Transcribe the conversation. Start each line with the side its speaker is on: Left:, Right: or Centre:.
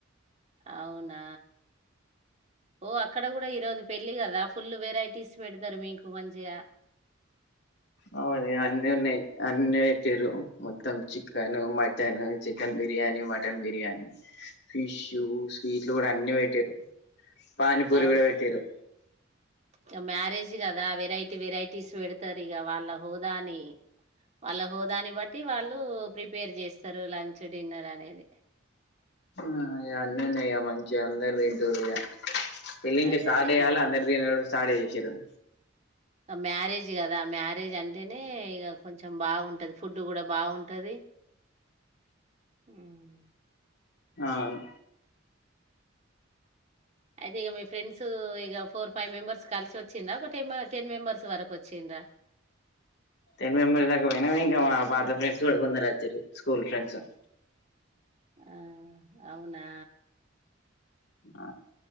Right: అవునా ఓ అక్కడ కూడా ఈరోజు పెళ్లి కదా ఫుల్ వెరైటీస్ పెడతారు మీకు మంచిగా
Left: అవును అన్నీ ఉన్నాయి అన్ని వెట్టిర్రు మొత్తం chicken, mutton, chicken biryani, mutton biryani, fish, స్వీట్లు కూడా అన్ని పెట్టిర్రు. పానీపూరి
Right: ఆవ్
Left: కూడా వెట్టిరు
Right: ఇగ మ్యారేజ్ కదా వెరైటీ వెరైటీస్ పెడతారు, ఇగ వాళ్ళ హోదాని వాళ్ళ హోదాని బట్టి వాళ్ళు ప్రిపేర్ చేస్తారు లంచ్ డిన్నర్ అనేది.
Left: ఆ అన్నీ ఉన్నయ్యా మంచిగ అందరు తింటురుగా పెల్లింకా
Right: అదే
Left: స్టార్ట్
Right: అదే ఇగ
Left: కాలె అందరు తినుడు స్టార్ట్ చే సిరం
Right: ఇగ మ్యారేజ్ కదా మ్యారేజ్ అంటేనే ఇగ కొంచెం బాగుంటది ఫుడ్ కూడా బాగుంటది మ్మ్.
Left: అవును
Right: అయితే ఇగ మీ ఫ్రెండ్స్ ఇగ ఫోర్ ఫైవ్ మెంబెర్స్ కలిసి వచ్చిండ్రా, ఒక టెం టెన్ మెంబెర్స్ వరకు వచ్చిండ్రా.
Left: టెన్ మెంబర్ దాకా పోయినా ఇంకా మా పాత ఫ్రెండ్స్ కూడా కొందరు వచ్చిర్రు స్కూల్ ఫ్రెండ్స్.
Right: ఆ అవునా
Left: ఆ